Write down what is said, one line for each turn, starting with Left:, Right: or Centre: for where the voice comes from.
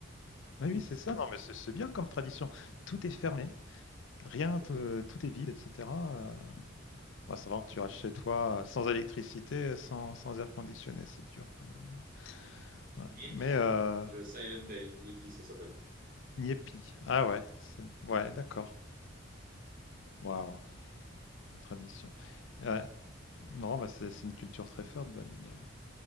Left: Oui, oui, c'est ça. Non, mais c'est c'est bien comme tradition. Tout est fermé, rien, te-
Right: <laughs>
Left: tout est vide, etc. Euh, ouais, ça va, tu restes chez toi euh, sans électricité, sans, sans air conditionné, c'est dur quand même. Ouais.
Right: Niepi,
Left: Mais euh,
Right: le Silent Day, Niepi, ça s'appelle.
Left: Nyepi, ah ouais, c'est- ouais, d'accord. Waouh, une tradition. Ouais. Non, bah, c'est c'est une culture très forte, Bali, hein,